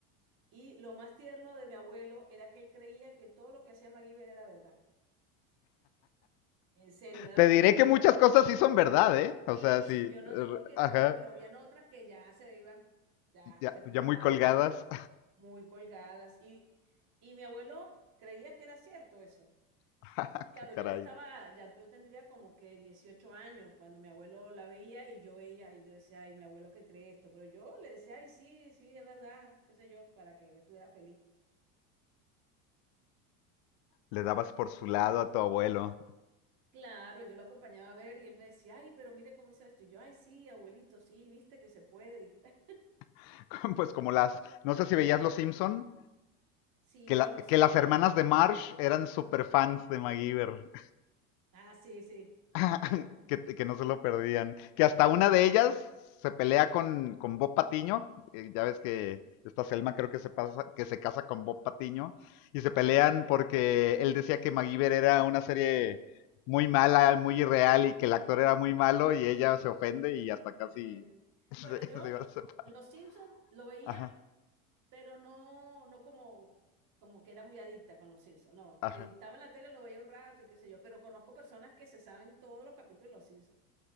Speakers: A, on the right; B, on the left.
A: Y lo más tierno de mi abuelo era que él creía que todo lo que hacía MacGyver era verdad. En serio, me daba
B: Te
A: una
B: diré
A: ternura.
B: que muchas cosas sí son verdad, ¿eh? O
A: Sí,
B: sea, sí.
A: sí, yo no
B: er,
A: digo que
B: Ajá.
A: no, pero habían otras que ya se iban, ya
B: Ya,
A: se fumaba
B: ya muy colgadas.
A: algo, porque muy colgadas. Y, y mi abuelo creía que era cierto eso.
B: <laughs>
A: Claro,
B: Qué caray.
A: ya yo estaba, ya yo tendría como que 18 años cuando mi abuelo la veía y yo veía y yo decía, ay, mi abuelo que cree esto, pero yo le decía, ay, sí, sí, es verdad, qué sé yo, para que estuviera feliz.
B: Le dabas por su lado a tu abuelo.
A: Claro, yo lo acompañaba a ver y él me decía, ay, pero mire cómo hizo esto. Y yo, ay, sí, abuelito, sí, viste que se puede. y tal. <laughs>
B: <laughs> Pues como las. No sé si veías Los Simpson.
A: Sí,
B: Que, la-
A: los
B: que
A: Simpson
B: las hermanas
A: también.
B: de Marsh eran super fans de MacGyver.
A: Ah, sí, sí,
B: <laughs>
A: tal cual.
B: que, que no se lo perdían. Que hasta una de ellas se pelea con, con Bob Patiño. eh, ya ves que esta Selma creo que se, pasa, que se casa con Bob Patiño. Y se pelean
A: Mm,
B: porque él decía que MacGyver era una serie muy mala, muy irreal y que el actor era muy malo y ella se ofende y hasta casi
A: te ofende.
B: <laughs> se,
A: Bueno, yo
B: se iba a separar.
A: los Simpson lo veía
B: Ajá,
A: pero no, no como, como que era muy adicta con los Simpsons, no.
B: ajá.
A: Si estaba en la tele lo veía un rato y qué sé yo, pero conozco personas que se saben todos los capítulos de los Simpsons.